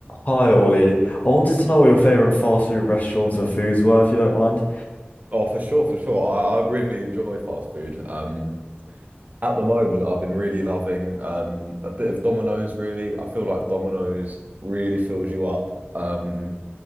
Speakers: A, on the left (about 40°); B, on the right (about 40°).
A: Hi Ollie, I wanted to know what your favorite fast food restaurants and foods were, if you don't mind.
B: Oh, for sure, for sure. I, I really enjoy fast food. Um, at the moment, I've been really loving um a bit of Domino's, really. I feel like Domino's really fills you up. Um,